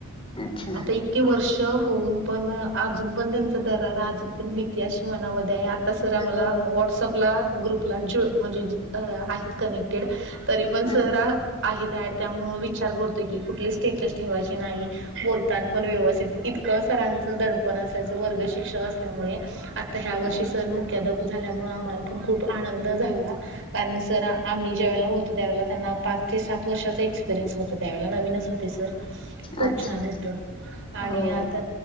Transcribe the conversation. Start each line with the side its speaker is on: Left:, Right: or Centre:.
Left: अच्छा
Right: आता की वर्ष होऊन पण अजून पण त्यांचा दरारा अजून पण भतीि अश मनामध्ये आहे आ तसरा आ मला
Left: हो
Right: व्हॉट्सअपला ग्रुपला ज म्हणजे आहेत कनेक्टेड तरी पण
Left: हा
Right: सर आहेत ऍड त्यामु विचार करतोय की कुठली स्टेटस ठेवायची नाही बोलत तानपण व्यवस्थित इतकं सरांचं दडपण असायचं वर्ग शिक्षक असल्यामुळे आत्ता ह्या
Left: अच्छा
Right: वर्षी सण मुख्याधप झाल्यामुळं आम्हाला पण खूप आनंद झाला. कारण सर आम्ही ज्यावेळेला होतो त्यावेळेला त्यांना पाच ते सात वर्षाचा एक्सपिरियन्स होत. त्यावेळेला नवीनच होते सर खूप
Left: अच्छा
Right: छान
Left: अच्छा.
Right: होतं आणि
Left: हो
Right: आता